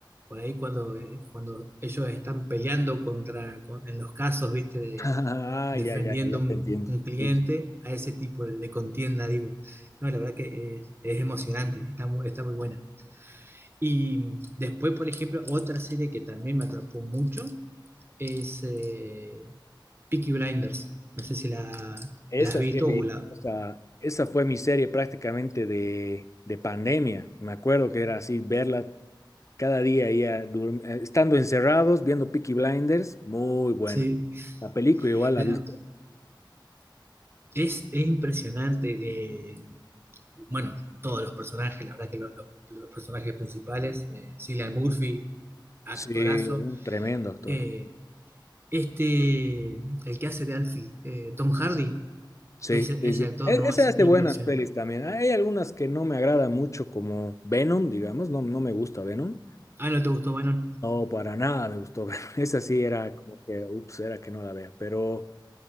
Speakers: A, on the right; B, on the left.
A: por ahí cuando, eh, cuando ellos están peleando contra, con- en los casos, viste, de-
B: Ah,
A: defendiendo
B: ya, ya, ya, ya
A: un,
B: te entiendo.
A: un cliente,
B: Sí, sí.
A: a ese tipo de, de contienda, digo. No, la verdad que es, es emocionante, está muy, está muy buena. Y mm, después, por ejemplo, otra serie que también me atrapó mucho es eh, Peaky Blinders. No sé si la,
B: Esa
A: la has visto
B: sí he visto,
A: o la...
B: o sea, esa fue mi serie prácticamente de, de pandemia. Me acuerdo que era así, verla cada día, ya, dur- eh, estando encerrados, viendo Peaky Blinders, muy buena.
A: Sí,
B: La película igual la
A: la-
B: viste.
A: es, es impresionante. eh, bueno, todos los personajes, la verdad que los, los- los personajes principales, eh, Cillian Murphy, actorazo.
B: Sí, un tremendo actor.
A: Eh, este, el que hace de Alfie, eh, Tom Hardy,
B: Sí,
A: ese,
B: sí,
A: ese
B: sí.
A: actor
B: E-
A: no
B: Esa
A: es
B: es
A: impresionante.
B: de buenas pelis también. Hay algunas que no me agradan mucho, como Venom, digamos, no, no me gusta Venom.
A: Ah, ¿no te gustó, Bannon?
B: No, para nada me gustó Venom. <laughs> Esa sí era como que, ups, era que no la vea, pero...